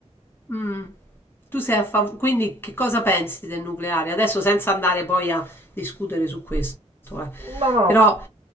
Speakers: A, on the left (about 20°); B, on the right (about 55°).
A: mm. Tu sei a favore, quindi che cosa pensi del nucleare? Adesso senza andare poi a discutere su questo, eh.
B: No, no, no.
A: Però